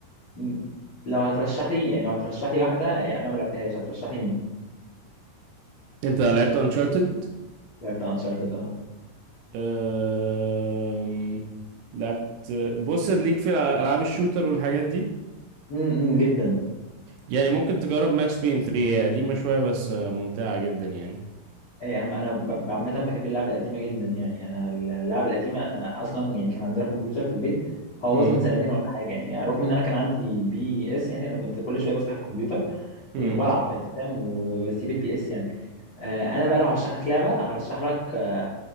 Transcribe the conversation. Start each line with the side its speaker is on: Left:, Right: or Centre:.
Left: م- لو هترشح لي يعني لو هترشح لي واحده آه، انا ما لعبتهاش هترشح لي مين
Right: انت لعبت انشارتد
Left: لعبت انشارتد اه
Right: أم... لعبت بص ليك في العاب الشوتر والحاجات دي
Left: امم جدا
Right: يعني ممكن تجرب ماكس بين 3 هي قديمه شويه بس ممتعه جدا يعني
Left: ايه يا عم انا ب- عامه بحب اللعبه القديمه جدا يعني انا اللعبه القديمه انا اصلا يعني كان عندنا كمبيوتر في البيت هو
Right: امم
Left: باظ من سنتين ولا حاجه يعني رغم ان انا كان عندي بي اس يعني انا كنت كل شويه بفتح الكمبيوتر
Right: امم
Left: إيه، والعب انت فاهم و- واسيب البي اس يعني آه، انا بقى لو هرشح لك لعبه هرشح لك آه،